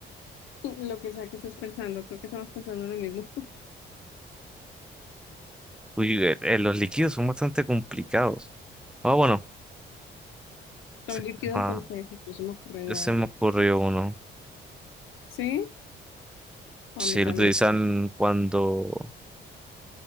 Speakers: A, on the left; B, in the centre.
A: <laughs> lo que sea que estás pensando, creo que estamos pensando lo mismo, <laughs>
B: Uy, eh, eh, los líquidos son bastante complicados. Ah, bueno. Se,
A: son líquidos
B: llama-
A: con C, no se me ocurre nada,
B: ya se me ocurrió uno.
A: ¿sí? A
B: Si
A: mí también,
B: lo utilizan cuando